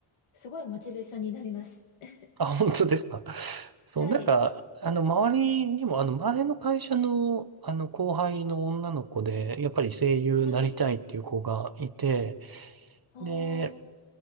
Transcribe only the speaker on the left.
すごいモチベーションになります。<laughs>
はい。
はい。おー。